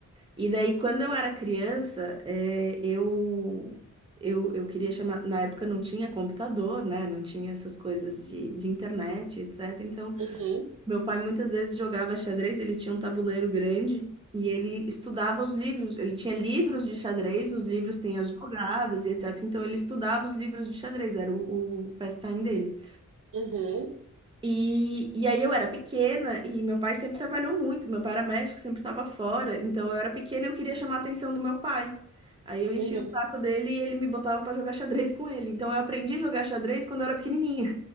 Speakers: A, on the right; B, on the right.
A: E daí, quando eu era criança, eh, eu, eu, eu queria chamar. Na época não tinha computador, né? Não tinha essas coisas de, de internet, etc. Então,
B: uhum,
A: meu pai muitas vezes jogava xadrez, ele tinha um tabuleiro grande. E ele estudava os livros, ele tinha livros de xadrez, nos livros tem as jogadas e etc. Então ele estudava os livros de xadrez, era o, o pastime dele.
B: uhum,
A: E, e aí eu era pequena e meu pai sempre trabalhou muito, meu pai era médico, sempre estava fora, então eu era pequena e eu queria chamar a atenção do meu pai. Aí eu enchia
B: uhum.
A: o saco dele e ele me botava pra jogar xadrez com ele. Então eu aprendi a jogar xadrez quando eu era pequenininha.